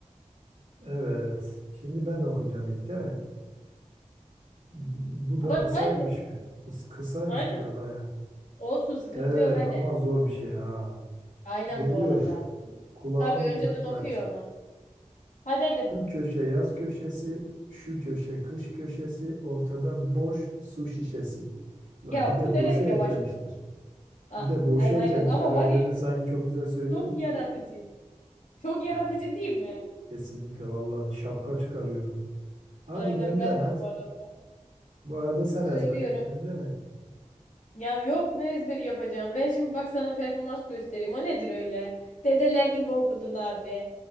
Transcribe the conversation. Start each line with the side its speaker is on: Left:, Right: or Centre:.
Right: Evet. Şimdi ben okuyacağım ilk değil mi? Bu da
Left: Bak
Right: kısaymış
Left: hadi.
Right: mı? Kıs kısaymış
Left: Aynen.
Right: bu da baya.
Left: Olsun sıkıntı
Right: Evet
Left: yok hadi.
Right: ama zor bir şey ha.
Left: Aynen
Right: Geliyor.
Left: bu arada.
Right: Kulağını
Left: Tabii önceden
Right: dört
Left: okuyor
Right: aç.
Left: onu. Hadi hadi.
Right: Şu köşe yaz köşesi, şu köşe kış köşesi, ortada boş su şişesi.
Left: Ya
Right: La bir de
Left: bu ne
Right: boşu
Left: kadar yavaş.
Right: eklemişler.
Left: A-
Right: Bir de boşu
Left: Aynen
Right: eklemişler.
Left: aynen ama
Right: Öbürünü
Left: var ya
Right: sanki çok güzel söylüyorduk
Left: çok yaratıcı.
Right: da.
Left: Çok yaratıcı
Right: Evet.
Left: değil mi?
Right: Kesinlikle vallahi şapka çıkarıyorum. Hadi
Left: Aynen
Right: gönder
Left: ben de
Right: hadi.
Left: bu arada.
Right: Bu arada sen
Left: Söylüyorum.
Right: ezber yapıyorsun değil mi?
Left: Ya yok ne ezberi yapacağım. Ben şimdi bak sana performans göstereyim. O nedir öyle? Dedeler gibi okudun abi.